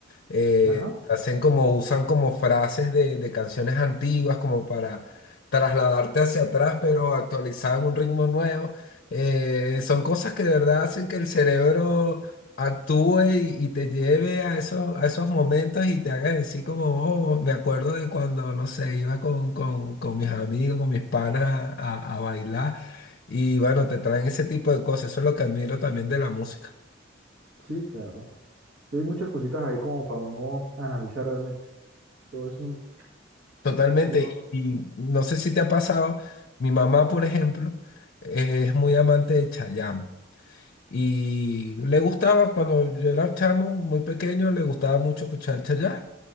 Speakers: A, on the left; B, on the right.
A: eh,
B: Ajá,
A: hacen como, usan como frases de, de canciones antiguas como para trasladarte hacia atrás, pero actualizado en un ritmo nuevo. Eh, son cosas que de verdad hacen que el cerebro actúe y, y te lleve a esos, a esos momentos y te haga decir como, oh, me acuerdo de cuando, no sé, iba con, con- con mis amigos, con mis panas a, a a bailar. Y bueno, te traen ese tipo de cosas. Eso es lo que admiro también de la música.
B: sí, claro. Sí, hay muchas cositas ahí como para uno analizar realmente. Todo es un,
A: Totalmente,
B: uno.
A: y y no sé si te ha pasado, mi mamá, por ejemplo, eh, es muy amante de Chayanne y le gustaba, cuando yo era chamo, muy pequeño, le gustaba mucho escuchar Chayanne